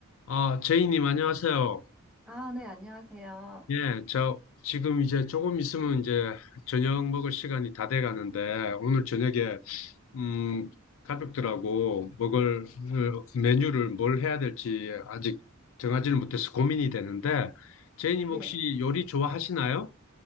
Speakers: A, on the left; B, in the centre.
A: 아, 제이님, 안녕하세요.
B: 아, 네, 안녕하세요.
A: 예, 저 지금 이제 조금 있으면 이제 저녁 먹을 시간이 다돼 가는데 오늘 저녁에
B: 네.
A: 음, 가족들하고 먹을 어, 메뉴를 뭘 해야 될지 아직 정하지는 못해서 고민이 되는데 제이님
B: 네.
A: 혹시 요리 좋아하시나요?